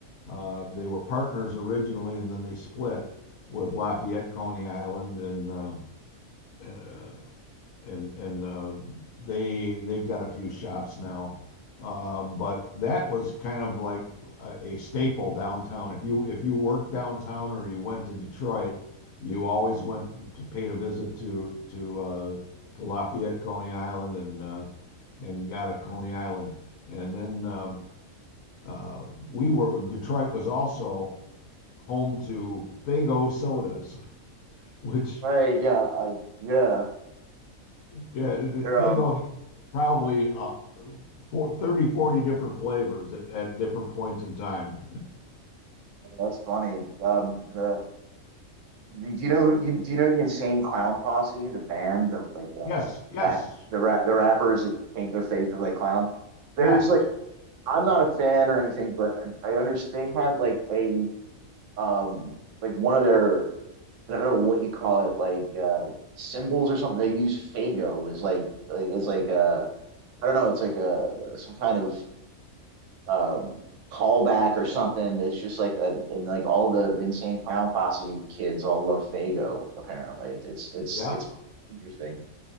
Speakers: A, on the left; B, on the right.
A: Uh, they were partners originally, and then they split with Lafayette, Coney Island, and uh, uh, and and uh, they they've got a few shops now. Uh, but that was kind of like a, a staple downtown. If you if you worked downtown or you went to Detroit, you always went to paid a visit to to uh, to Lafayette, Coney Island, and uh, and got a Coney Island. And then um uh, we were Detroit was also home to Faygo sodas, <laughs> which
B: Right, yeah, I yeah.
A: yeah, Faygo.
B: They're um
A: probably uh, for 30 40 different flavors at, at different points in time.
B: that's funny. Um the, the do you know you, do you know the Insane Clown Posse, the band that like uh
A: Yes, yes,
B: rap the rap the rappers that paint their faces like clowns?
A: yeah,
B: There's like I'm not a fan or anything, but I, I understand they have like a um like one of their I don't know what you call it, like uh symbols or something. They use Faygo is like like is like uh I don't know, it's like a some kind of um, callback or something that's just like a, and like all the, the insane clown posse kids all love Faygo. apparently. It's it's
A: yeah.
B: it's it's interesting.